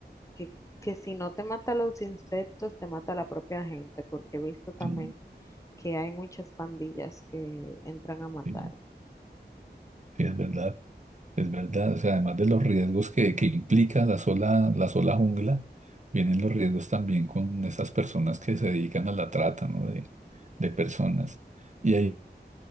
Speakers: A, on the left; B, on the right.
A: que, que si no te mata los insectos, te mata la propia gente, porque he visto también
B: sí,
A: que hay muchas pandillas que entran a matar.
B: sí, sí, es verdad, es verdad. O sea, además de los riesgos que, que implica la sola, la sola jungla, vienen los riesgos también con esas personas que se dedican a la trata, ¿no? De, de personas. Y hay